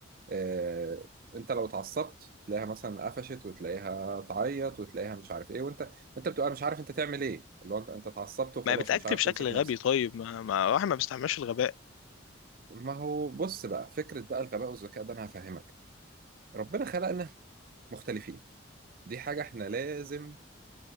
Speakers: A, on the right; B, on the left.
A: آه، انت لو اتعصبت تلاقيها مثلا قفشت وتلاقيها تعيط وتلاقيها مش عارف ايه وانت انت بتبقى مش عارف انت تعمل ايه اللي هو انت انت اتعصبت وخلاص
B: ما بتأكت
A: ومش عارف
B: بشكل
A: تمسك
B: غبي
A: نفسك
B: طيب ما, ما واحد ما بيستحملش الغباء
A: ما هو بص بقى فكرة بقى الغباء والذكاء ده انا هفهمك ربنا خلقنا مختلفين دي حاجة احنا لازم